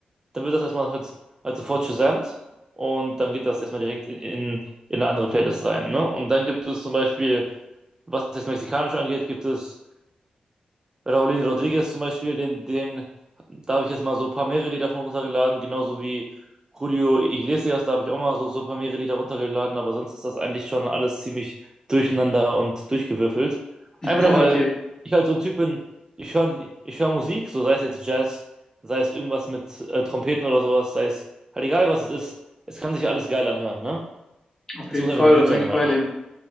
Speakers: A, on the right (about 25°); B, on the left (about 20°).
A: dann wird das erstmal halt, halt sofort gesamt und dann geht das erstmal direkt in, in, in eine andere Playlist rein. Ne? Und dann gibt es zum Beispiel, was das Mexikanische angeht, gibt es Raulín Rodríguez zum Beispiel, den, den, da habe ich jetzt mal so ein paar mehrere Lieder von runtergeladen, genauso wie Julio Iglesias, da habe ich auch mal so, so ein paar mehrere Lieder runtergeladen, aber sonst ist das eigentlich schon alles ziemlich durcheinander und durchgewürfelt.
B: Ja,
A: Einfach nur, weil
B: okay,
A: ich halt so ein Typ bin, ich höre ich hör Musik, so sei es jetzt Jazz, sei es irgendwas mit äh, Trompeten oder sowas, sei es halt egal, was es ist, es kann sich alles geil anhören, ne?
B: auf
A: Es
B: jeden
A: muss einfach
B: Fall,
A: nur gut
B: da bin
A: sein
B: ich
A: in meinen
B: bei
A: Augen.
B: dir.